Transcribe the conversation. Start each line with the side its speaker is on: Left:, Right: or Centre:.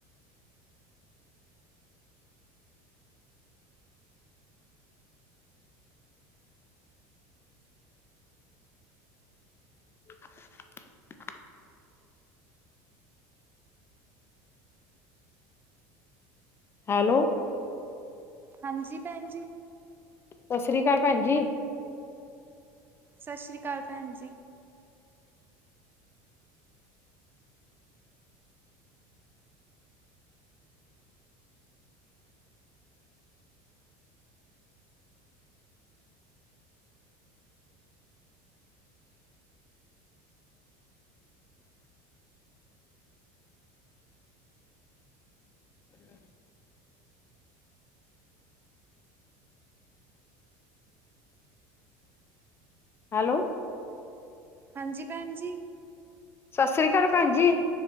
Left: <inaudible> ਹੈਲੋ
Right: ਹਾਂਜੀ ਭੈਣ ਜੀ।
Left: ਸਤਿ ਸ੍ਰੀ ਅਕਾਲ ਭੈਣ ਜੀ।
Right: ਸਤਿ ਸ੍ਰੀ ਅਕਾਲ ਭੈਣ ਜੀ
Left: <unintelligible> ਹੈਲੋ
Right: ਹਾਂਜੀ ਭੈਣ ਜੀ।
Left: ਸਤਿ ਸ੍ਰੀ ਅਕਾਲ ਭੈਣ ਜੀ